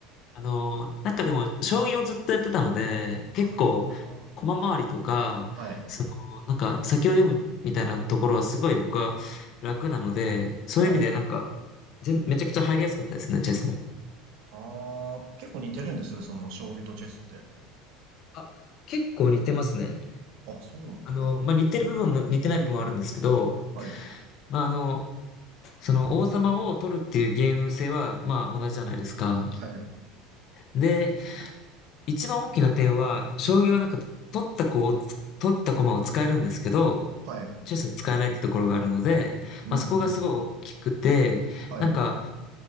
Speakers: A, on the left; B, on the right.
A: あの、なんかでも、将棋をずっとやってたので、結構、
B: ああ、
A: 駒回りとか、
B: はい、
A: その、なんか、先を読むみたいなところはすごい僕は楽なので、そういう意味でなんか、
B: はい。
A: 全めちゃくちゃ入りやすかったですね、チェスも。
B: ああ、結構似てるんです、その将棋とチェスって。
A: あ、結構似てますね。
B: あ、そうなんだ。
A: あの、まあ、似てる部分も似てない部分もあるんですけど、
B: はい、
A: まあ、あの、その王様を取るっていうゲーム性は、まあ、同じじゃないですか。
B: はい、
A: で、一番大きな点は、将棋はなんか、取った子をつ、取った駒を使えるんですけど、
B: はい。
A: チェスは使えないってところがあるので、
B: うん、
A: まあそこがすごい大きくて、
B: ふんふんふん。はい。
A: なんか、
B: う